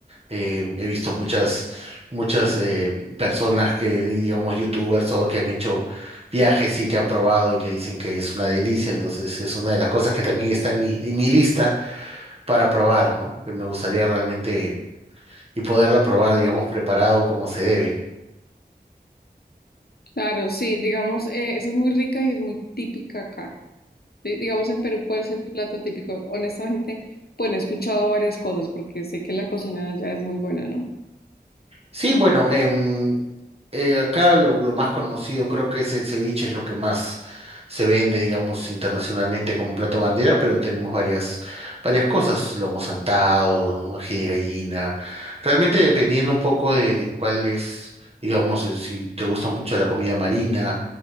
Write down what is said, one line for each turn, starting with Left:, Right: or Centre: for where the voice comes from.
Right: Eh, he visto muchas, muchas eh, personas que, digamos, youtubers o que han hecho viajes y que han probado y que dicen que es una delicia. Entonces es una de las cosas que también está en mi, en mi lista para probar, ¿no? Que me gustaría realmente y poderla probar, digamos, preparado como se debe.
Left: Claro, sí, digamos, eh, esa es muy rica y es muy típica acá. Di- digamos en Perú, ¿cuál es el plato típico? Honestamente, bueno, he escuchado varias cosas porque sé que la cocina allá es muy buena, ¿no?
Right: Sí, bueno, em, eh, acá lo, lo más conocido creo que es el ceviche, es lo que más se vende, digamos, internacionalmente como plato bandera, pero tenemos varias, varias cosas, lomo saltado, ¿no? Ají de gallina, realmente dependiendo un poco de, de cuál es, digamos, eh, si te gusta mucho la comida marina,